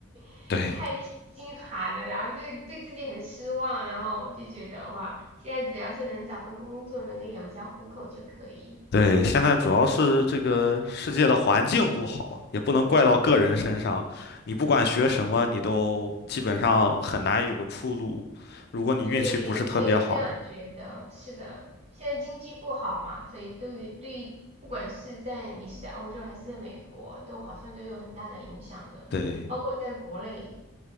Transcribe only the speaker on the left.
对，
对，现在主要是这个世界的环境不好，也不能怪到个人身上。你不管学什么，你都基本上很难有个出路。如果你运气不是特别好的话，
对